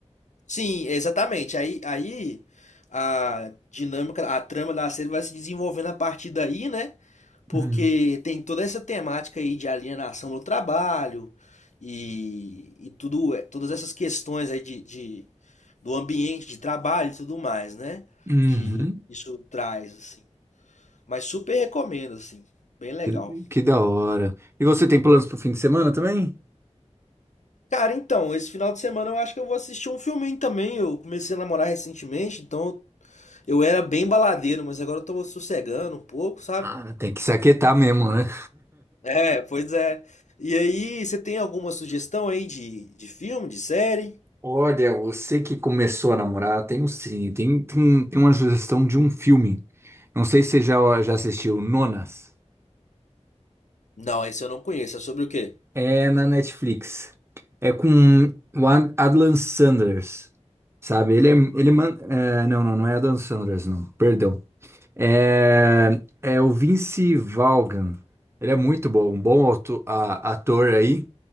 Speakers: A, on the left; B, on the right.
A: Sim, exatamente. Aí, aí a dinâmica, a trama da série vai se desenvolvendo a partir daí, né? porque
B: Hum.
A: tem toda essa temática aí de alienação no trabalho e, e tudo, é- todas essas questões aí de, de- do ambiente de trabalho e tudo mais, né?
B: Uhum.
A: Que isso traz, assim. Mas super recomendo, assim. Bem legal.
B: Que, que da hora. E você tem planos pro fim de semana também?
A: Cara, então, esse final de semana eu acho que eu vou assistir um filminho também. Eu comecei a namorar recentemente, então eu era bem baladeiro, mas agora eu tô sossegando um pouco, sabe?
B: Ah, tem que se aquietar mesmo, né?
A: É, pois é. E aí, você tem alguma sugestão aí de, de filme, de série?
B: Olha, você que começou a namorar, tem um sim, tem, tem, tem uma sugestão de um filme. Não sei se você já, já assistiu Nonas.
A: Não, esse eu não conheço. É sobre o quê?
B: É na Netflix. É com o Ad- Adlan Sanders, sabe? Ele é, ele man, é, não, não, não é Adlan Sanders, não. Perdão. É, é o Vince Vaughan. Ele é muito bom, um bom auto- a- ator aí.